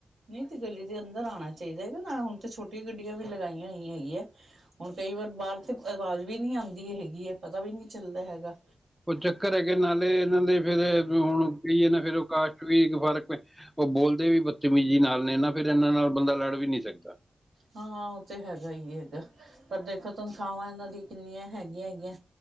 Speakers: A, on the right (about 75°); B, in the centre.
A: ਨਹੀਂ ਤੇ ਗਲੀ ਦੇ ਅੰਦਰ ਆਣਾ ਚਾਹੀਦਾ ਹੈਗਾ ਨਾ ਹੁਣ ਤੇ ਛੋਟੀਆਂ ਗੱਡੀਆਂ ਵੀ ਲਗਾਈਆਂ ਹੀਈ ਹੈਗੀ ਹੈ ਹੁਣ ਕਈ ਵਾਰ ਬਾਹਰ ਤੇ ਆਵਾਜ਼ ਵੀ ਨਹੀਂ ਆਂਦੀ ਹੈਗੀ ਹੈ ਪਤਾ ਵੀ ਨਹੀਂ ਚੱਲਦਾ ਹੈਗਾ।
B: ਉਹ ਚੱਕਰ ਹੈ ਕਿ ਨਾਲੇ ਇਹਨਾਂ ਦੇ ਫੇਰ ਹੁਣ ਗਈ ਇਹ ਨਾ ਫਿਰ ਉਹ ਕਾਸ਼ਟ ਵੀ, ਫ਼ਰਕ ਉਹ ਬੋਲਦੇ ਵੀ ਬਦਤਮੀਜ਼ੀ ਨਾਲ ਨੇ ਨਾ ਫਿਰ ਇਹਨਾਂ ਨਾਲ ਬੰਦਾ ਲੜ ਵੀ ਨਹੀਂ ਸਕਦਾ।
A: ਹਾਂ-ਹਾਂ ਉਹ ਤਾਂ ਹੈਗਾ ਹੀ ਹੈਗਾ, ਪਰ ਦੇਖੋ ਤਨਖ਼ਾਹਾਂ ਇਹਨਾਂ ਦੀਆਂ ਕਿੰਨੀਆਂ ਹੈਗੀਆਂ ਹੈਗੀਆਂ।